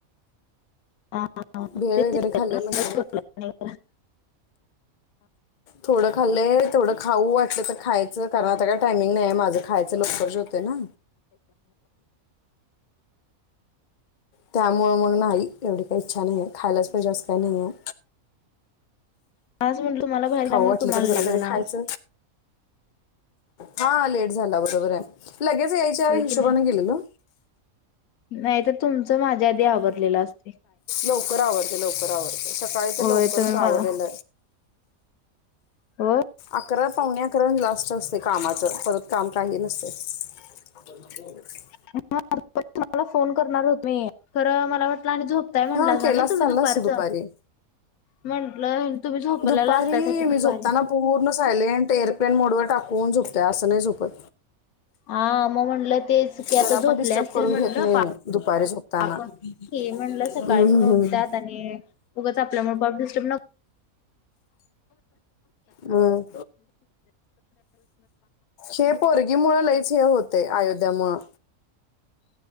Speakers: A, on the left; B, on the left.
A: हा,
B: भेळ
A: तेच
B: वगैरे
A: विचारलं.
B: खाल्ले.
A: म्हणलं
B: मस्त
A: जेवला
B: झालेत.
A: का नाही.
B: थोडं खालय. थोडं खाऊ वाटलं तर खायचं कारण आता काय टायमिंग नाही माझं खायचं. लवकरच जेवतोय ना.. त्यामुळे मग नाही. एवढी काही इच्छा नाही आहे खायलाच पाहिजे असं काही नाहीये
A: आज म्हणलं तुम्हाला बाहेर गेल्यामुळे
B: खाऊ वाटलं
A: तुम्हाला
B: तर जरा
A: लेट
B: कायतर
A: झाला
B: खायच. हा लेट झाला बरोबर आहे. लगेच यायच्या
A: होय
B: हिशोबाने
A: की नाही
B: गेलेलो.
A: नाही तर तुमचं माझ्या आधी आवरलेलं असतंय.
B: लवकर आवरतय. लवकर आवरतय. सकाळी
A: होय
B: तर लवकरच
A: तुम्ही मला
B: आवरलेल.
A: होय
B: अकरा पावणे अकरा लास्ट असते कामाचं परत काम काही नसते. <unintelligible>
A: तुम्हाला फोन करणार खरं मला वाटलं आणि झोपताय म्हंटलासा
B: हा केलास
A: ना तुम्ही
B: चालला
A: दुपारचं
B: असतो दुपारी
A: म्हंटलं तुम्ही झोपलेला
B: दुपारी
A: असतायसा की दुपारी.
B: मी झोपताना पूर्ण सायलेंट एअरप्लेन मोडवर टाकून झोपतोय. असं नाही झोपत.
A: हा मग म्हणलं तेच की आता
B: जरा
A: झोपले
B: आपण डिस्टर्ब
A: असतील
B: करून
A: म्हणलं
B: घेत नाही
A: पा
B: मी दुपारी झोप ताना
A: आपण
B: हम्
A: की म्हणलं सकाळी पण उठतात
B: हम्
A: आणि उगच आपल्यामुळे पाप डिस्टर्ब नको
B: हम हे पोरगी मुळ लईच हे होते. अयोध्यामुळं